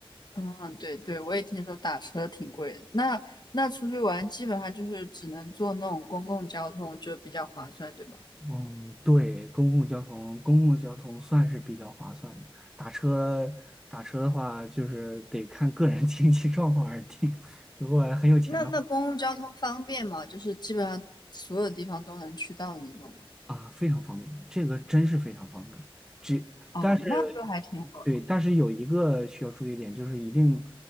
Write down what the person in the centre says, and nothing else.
嗯，对，公共交通，公共交通算是比较划算的。打车，打车的话，就是得看个人 <laughs> 经济状况而定。如果很有钱的话，
啊，非常方便，这个真是非常方便。只，
但是
对，但是有一个需要注意点，就是一定